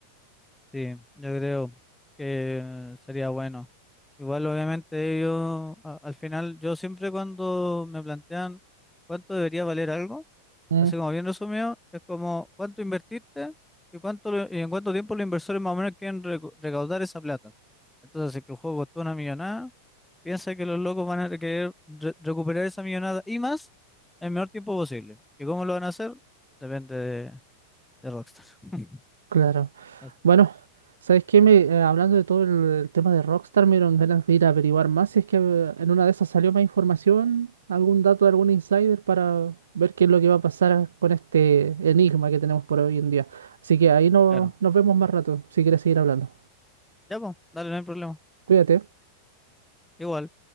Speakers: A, in the centre; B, on the right.
A: Sí, yo creo que sería bueno. Igual, obviamente, ellos, a- al final, yo siempre cuando me plantean cuánto debería valer algo,
B: Mm,
A: Así como bien resumido, es como cuánto invertiste y cuánto lo- y en cuánto tiempo los inversores más o menos quieren recu- recaudar esa plata. Entonces, si es que el juego costó una millonada, piensa que los locos van a querer re- recuperar esa millonada y más en el menor tiempo posible. ¿Y cómo lo van a hacer? Depende de, de Rockstar. <laughs>
B: claro.
A: Ah,
B: Bueno, ¿sabes qué? Me, eh, hablando de todo el, el tema de Rockstar, me dieron ganas de ir a averiguar más si es que eh, en una de esas salió más información, algún dato de algún insider para ver qué es lo que va a pasar con este enigma que tenemos por hoy en día. Así que ahí no,
A: Claro.
B: nos vemos más rato, si quieres seguir hablando.
A: Ya, pues, dale, no hay problema.
B: Cuídate.
A: Igual.